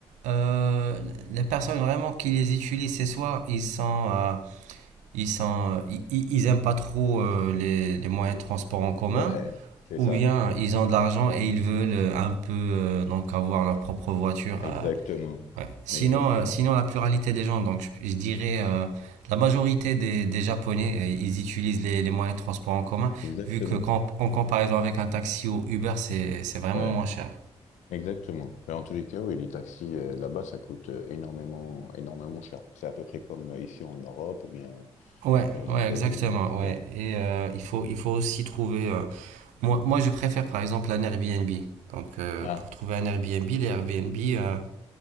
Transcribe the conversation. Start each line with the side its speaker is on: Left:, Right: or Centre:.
Right: euh, les personnes vraiment qui les utilisent, c'est soit ils sont euh, ils sont, ils, ils aiment pas trop euh, les, les moyens
Left: Et-
Right: de transport en commun,
Left: Ouais, c'est
Right: ou
Left: ça.
Right: bien ils ont de l'argent et ils veulent euh, un peu euh, donc avoir leur propre voiture.
Left: Exactement.
Right: euh, ouais. Sinon,
Left: Exactement.
Right: euh, sinon la pluralité des gens, donc je, je dirais euh, la majorité des, des Japonais, euh, ils utilisent les, les moyens de transport en commun,
Left: Exactement.
Right: vu que quand, en comparaison avec un taxi ou Uber, c'est c'est vraiment
Left: Ouais,
Right: moins cher.
Left: exactement. Mais en tous les cas, oui, les taxis euh, là-bas, ça coûte euh, énormément, énormément cher. C'est à peu près comme euh, ici en Europe ou bien
Right: Ouais,
Left: dans les
Right: ouais,
Left: États-Unis,
Right: exactement,
Left: etc.
Right: ouais. Et euh, il faut il faut aussi trouver euh, Moi, moi, je préfère par exemple un Airbnb. Donc, euh,
Left: Ah.
Right: pour trouver un Airbnb, les Airbnb, euh,